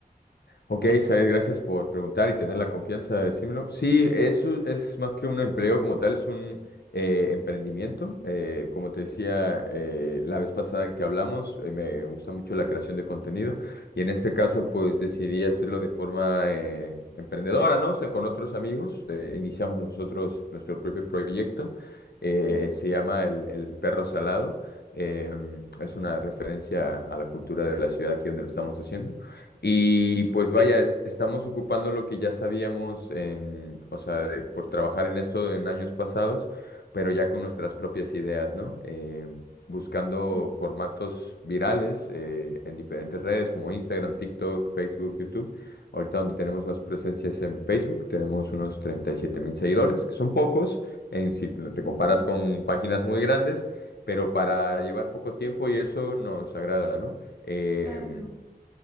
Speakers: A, on the left; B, on the right.
A: Ok, Said, gracias por preguntar y tener la confianza de decírmelo. Sí, eso es más que un empleo como tal, es un eh, emprendimiento. Eh, como te decía eh, la vez pasada que hablamos, eh, me gusta mucho la creación de contenido y en este caso pues decidí hacerlo de forma eh, emprendedora, ¿no? O sea, con otros amigos, eh, iniciamos nosotros nuestro propio proyecto, eh,
B: Sí, es
A: se llama El, El Perro Salado. eh, es una referencia a la cultura de la ciudad aquí donde lo estamos haciendo. Y
B: genial.
A: pues vaya, estamos ocupando lo que ya sabíamos en, o sea, de- por trabajar en esto en años pasados, pero ya con nuestras propias ideas, ¿no? Eh, buscando
B: Sí.
A: formatos virales eh, en diferentes redes como Instagram, TikTok, Facebook, YouTube. Ahorita donde tenemos más presencias en Facebook, tenemos unos treinta y siete mil seguidores, que son pocos en, si te
B: Mm,
A: te comparas con páginas muy grandes, pero para llevar poco tiempo y eso nos agrada, ¿no? Eh,
B: Claro,